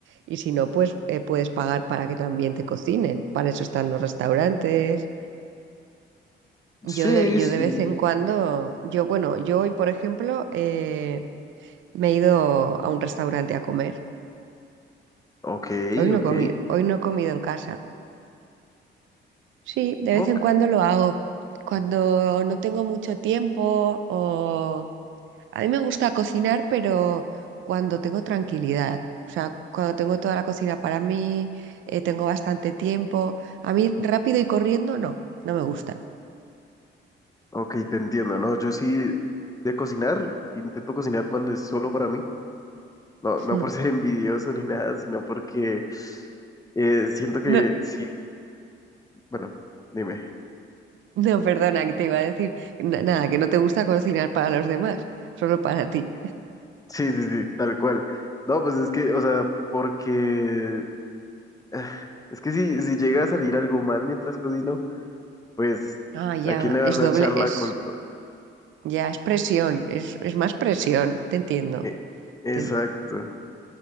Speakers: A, on the right (about 75°); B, on the left (about 15°).
A: Y si no, pues eh, puedes pagar para que también te cocinen. Para eso están los restaurantes. Yo
B: Sí,
A: de, yo
B: sí.
A: de vez en cuando, yo, bueno, yo hoy, por ejemplo, eh, me he ido a un restaurante a comer.
B: Ok,
A: Hoy no
B: ok,
A: he comido, hoy no he comido en casa. Sí, de vez
B: ok,
A: en cuando lo hago. Cuando no tengo mucho tiempo o A mí me gusta cocinar, pero cuando tengo tranquilidad, o sea, cuando tengo toda la cocina para mí, eh, tengo bastante tiempo. A mí rápido y corriendo, no, no me gusta.
B: ok, te entiendo, ¿no? Yo sí de cocinar, intento cocinar cuando es solo para mí, no, no
A: Mm.
B: por ser envidioso ni nada, sino porque eh, siento que
A: No,
B: sí, bueno, dime.
A: no, perdona, que te iba a decir na- nada, que no te gusta cocinar para los demás, solo para ti.
B: Sí, sí, sí, tal cual. No, pues es que, o sea, porque ah, es que si, si llega a salir algo mal mientras cocino, pues
A: Ah, ya,
B: ¿a quién le van
A: es doble,
B: a echar
A: es,
B: la culpa?
A: ya es presión, es, es más presión, te entiendo.
B: E- exacto.
A: te-